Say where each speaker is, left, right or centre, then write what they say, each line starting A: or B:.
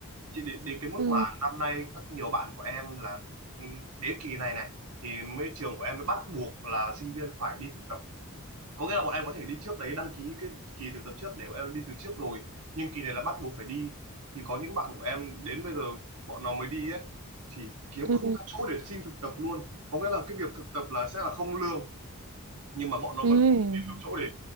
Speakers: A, on the right; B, on the right.
A: chị đến, đến cái mức
B: ừ
A: mà năm nay các nhiều bạn của em là ừ, đến kỳ này này thì mới trường của em mới bắt buộc là sinh viên phải đi thực tập có nghĩa là bọn em có thể đi trước đấy đăng ký cái kỳ thực tập trước để bọn em đi từ trước rồi nhưng kỳ này là bắt buộc phải đi thì có những bạn của em đến bây giờ bọn nó mới đi ấy thì kiếm
B: ừ
A: không ra chỗ để xin thực tập luôn có nghĩa là cái việc thực tập là sẽ là không lương nhưng mà bọn nó
B: ừ
A: vẫn không tìm được chỗ để